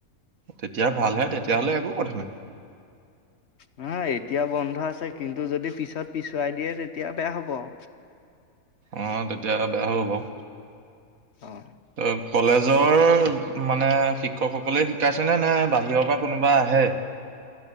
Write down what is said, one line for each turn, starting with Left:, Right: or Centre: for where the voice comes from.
Right: তেতিয়া ভালহে তেতিয়া তেতিয়াহ'লে একো কথা নাই।
Left: নহয়, এতিয়া বন্ধ আছে, কিন্তু যদি পিছত পিছুৱাই দিয়ে তেতিয়া বেয়া হ'ব আৰু।
Right: অ', তেতিয়া বেয়া হ'ব বাৰু।
Left: অ'
Right: অ', কলেজৰ মানে শিক্ষকসকলেই শিকাইছে নে, নে বাহিৰৰ পৰা কোনোবা আহে?